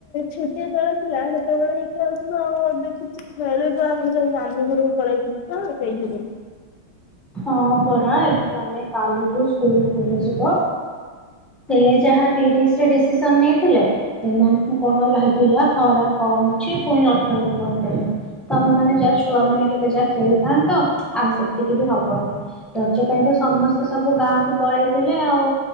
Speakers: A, on the left (about 70°); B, in the centre.
A: ଛୋଟିଆ ତଳ ଥିଲା ସେତେବେଳେ ହିଁ ଖେଳୁଥିଲୁ ଆଉ ଏବେ କିଛି ଖେଳି ପାରୁନୁ ସବୁ ମାମୁଁ ଘରକୁ ପଳେଇଥିଲୁ ତ ସେଇ ଯୋଗୁ।
B: ହଁ ପରା ଏ ମାନେ କାଲିଠୁ ସ୍କୁଲ। ଖୋଲି ଯିବ ସେ ଯାହା ତିରିଶ ରେ ଡିସିସନ ନେଇଥିଲେ ଏମାନଙ୍କୁ କଣ ଲାଗିଲା ଖରା କମ ଅଛି ପୁଣି ଅଠର କୁ କରିଦେଲେ ତମେ ମାନେ ଯାହା ଛୁଆ ମାନେ ଟିକେ ଯାହା ଖେଳୁଥାନ୍ତ। ଆଉ ସେତିକି ବି ହ ରଜ ପାଇଁ ତ ସମସ୍ତେ ସବୁ ଗାଁ କୁ ପଳେଇଥିଲେ ଆଉ